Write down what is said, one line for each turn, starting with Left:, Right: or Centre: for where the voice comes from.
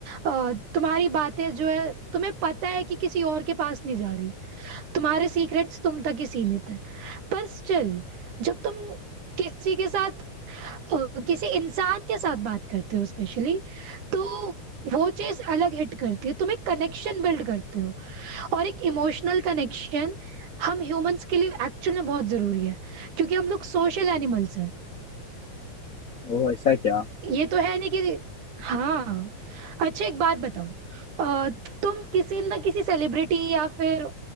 Right: अ, तुम्हारी बातें जो है तुम्हें पता है कि किसी और के पास नहीं जा रही तुम्हारे सीक्रेट्स तुम तक ही सीमित है पर स्टिल जब तुम किसी के साथ अ, किसी इंसान के साथ बात करते हो स्पेशली तो वो चीज अलग हिट करती है तुम एक कनेक्शन बिल्ड करते हो और एक इमोशनल कनेक्शन हम ह्यूमंस के लिए एक्चुअल में बहुत जरूरी है क्योंकि हम लोग सोशल एनिमल्स हैं
Left: ओ ऐसा क्या
Right: ये तो है नहीं कि हाँ अच्छा एक बात बताओ अ, तुम किसी ना किसी सेलिब्रिटी या फिर